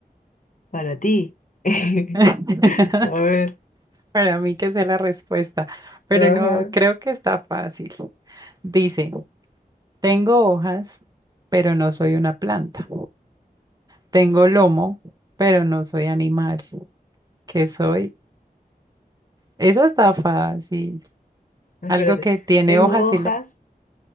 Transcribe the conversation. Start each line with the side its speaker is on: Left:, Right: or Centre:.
Left: Para ti. <laughs>
Right: <laughs>
Left: A ver.
Right: Para mí que es la respuesta, pero
Left: Ajá.
Right: no, creo que está fácil. Dice, tengo hojas, pero no soy una planta. Tengo lomo, pero no soy animal. ¿Qué soy? Eso está fácil.
Left: Espérate.
Right: Algo que tiene
Left: Tengo
Right: hojas y
Left: hojas.
Right: lo...